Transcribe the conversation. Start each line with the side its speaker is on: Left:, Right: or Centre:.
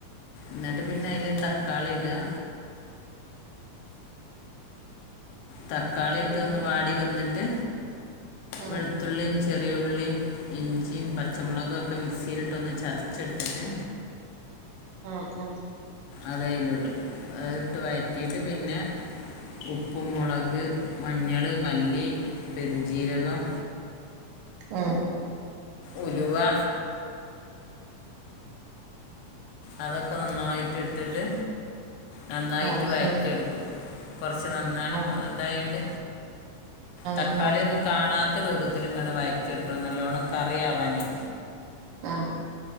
Left: ന്നട്ട് പിന്നെ അയ്ല് തക്കാളി ഇടാ തക്കാളി ഇട്ടൊന്ന്
Right: പിന്നെ
Left: വാടി വന്നിട്ട്
Right: ആ
Left: വെളുത്തു വെളുതുള്ളീം ചെറിയ ഉള്ളീം ഇഞ്ചിമ് പച്ചമുളക് ഒക്കെ മിക്സിയിലിട്ടൊന്ന് ചതച്ചെടുത്ത്ട്ട്
Right: ആഹ് ആഹ്
Left: അതയില് ഇടും അത് ഇട്ട് വയറ്റീട്ട് പിന്നെ ഉപ്പും മൊളക് മഞ്ഞള് മല്ലി പെരിഞ്ചീരകം
Right: ഓഹ്
Left: ഉലുവ അതൊക്കെ നന്നായിട്ട് ഇട്ട്ട്ട് നന്നായിട്ട്
Right: ആ
Left: വയറ്റിയെടുക്കും
Right: ആ
Left: കുറച്ച് നന്നാണം
Right: ആഹ്
Left: ഇതായണ്ട്
Right: ആഹ്
Left: തക്കാളിയൊന്നും
Right: ആഹ്
Left: കാണാത്ത രൂപത്തില്ങ്ങനെ വയറ്റിയെഡ്ക്കണം നല്ലോണം കറിയാവാനേയ്
Right: ആഹ്